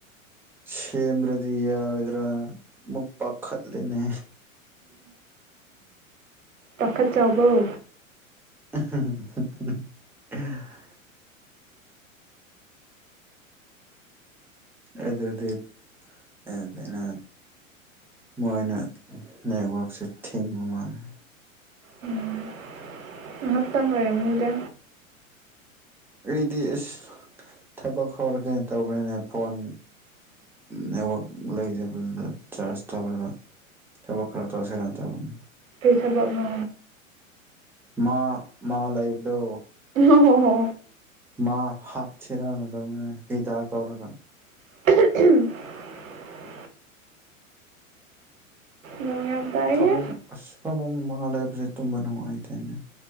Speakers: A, in the centre; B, on the right (about 70°).
A: ꯁꯦꯝꯗ꯭ꯔꯗꯤ ꯌꯥꯔꯣꯏꯗ꯭ꯔꯅ ꯑꯃꯨꯛ ꯄꯥꯈꯠꯂꯦꯅꯦ
B: ꯄꯥꯈꯠꯆꯥꯎꯕꯧ
A: ꯍꯥ ꯍꯥ ꯑꯗꯨꯗꯤ ꯑ ꯀꯩꯅꯣ ꯃꯣꯏꯅ ꯅꯦꯠꯋꯥꯛ ꯁꯦ ꯊꯤꯡꯕ ꯃꯥꯟꯂꯦ
B: ꯎꯝ ꯉꯥꯏꯍꯥꯛꯇꯪ ꯑꯣꯏꯔꯝꯅꯤꯗ
A: ꯑꯩꯗꯤ ꯑꯁ ꯊꯕꯛ ꯍꯧꯔꯒꯦ ꯇꯧꯈ꯭ꯔꯦꯅꯦ ꯐꯣꯟ ꯅꯦꯠꯋꯥꯛ ꯂꯩꯖꯕꯗꯨꯗ ꯆꯥꯔꯖ ꯇꯧꯔꯒ ꯊꯕꯛ ꯈꯔ ꯇꯧꯁꯤꯔꯅ ꯇꯧꯕꯅꯦ
B: ꯀꯩ ꯊꯕꯛꯅꯣ
A: ꯃꯥ ꯃꯥ ꯂꯩꯕꯗꯣ
B: ꯍꯣ ꯍꯣ ꯍꯣ
A: ꯃꯥ ꯍꯥꯞꯁꯤꯔꯅ ꯇꯧꯅꯦ ꯍꯤꯗꯥꯛ ꯇꯧꯔꯒ
B: <unintelligible> ꯅꯣꯡ ꯌꯥꯝ ꯇꯥꯏꯌꯦ
A: ꯊꯃꯨꯡ ꯑꯁ ꯐꯃꯨꯡ ꯃꯥꯉꯥ ꯂꯩꯕꯁꯦ ꯇꯨꯝꯕ ꯅꯨꯡꯉꯥꯏꯇꯦꯅꯦ